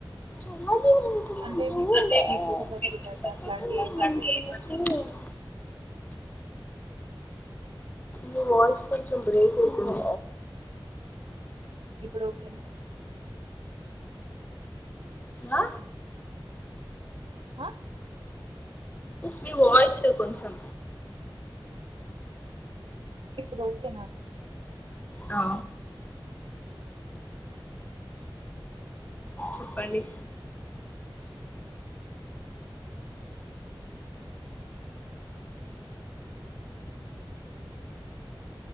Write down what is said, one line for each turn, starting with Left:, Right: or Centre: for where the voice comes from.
Left: <unintelligible>
Right: అంటే మీకు మిర్చి బజ్జీలు అట్లా అట్లాంటి ఏమంటే ఇష్టం
Left: మీ వాయిస్ కొంచెం బ్రేక్ అవుతుంద
Right: ఇప్పుడు ఓకేన
Left: ఆ?
Right: హ
Left: మీ వాయిస్ కొంచెం
Right: ఇప్పుడు ఒకేన
Left: ఆ చెప్పండి